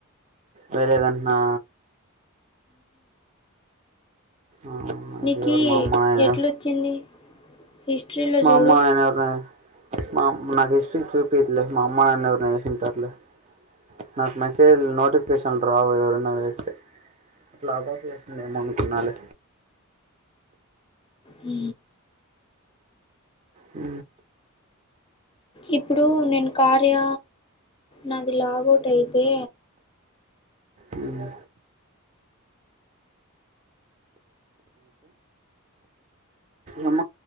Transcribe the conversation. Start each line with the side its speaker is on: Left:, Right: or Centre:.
Right: వేలేదంటన్నా ఆ
Left: నీకీ
Right: అది ఎవరు మా అమ్మ నాయన
Left: ఎట్లొచ్చింది హిస్టరీలో
Right: మా
Left: చూడు
Right: అమ్మ నాయన ఎవరిని మా నాకు హిస్టరీ చూపట్లే మా అమ్మయి నాయన ఎవరిని వేసంటారులే నాకు మెసేజ్ నోటిఫికేషన్ రావు ఎవరన్నా వేస్తే లాగౌట్ చేసింది ఏమో అనుకున్నాలే
Left: ఊ
Right: ఊ
Left: ఇప్పుడు నేను కార్య నాది లాగౌట్ అయితే
Right: ఉ ఎమ